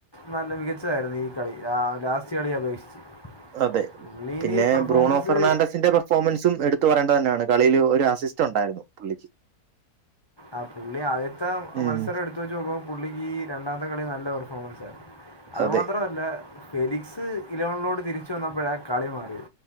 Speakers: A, on the left; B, on the right.
A: നല്ല മികച്ചതായിരുന്നു ഈ കളി ലാസ്റ്റ് കളി അപേക്ഷിച്ച്.
B: അതെ
A: പുള്ളി
B: പിന്നെ
A: ഇനി പെർഫോമൻസ്
B: ബ്രൂണോ ഫെർണാണ്ടസിന്റെ പെർഫോമൻസും എടുത്തു പറയേണ്ടത് തന്നെയാണ്. കളിയില് ഒരു അസിസ്റ്റ് ഉണ്ടായിരുന്നു പുള്ളിക്ക്.
A: ആ പുള്ളി ആദ്യത്തെ
B: ഉം
A: മത്സരം എടുത്ത് വെച്ച് നോക്കുമ്പോ പുള്ളിക്ക് ഈ രണ്ടാമത്തെ കളി നല്ല പെർഫോമൻസ് ആയി അതു
B: അതെ
A: മാത്രല്ല ഫെലിക്സ് ഇലവണിലോണ്ട് തിരിച്ച വന്നപ്പോഴെ കളി മാറിയെ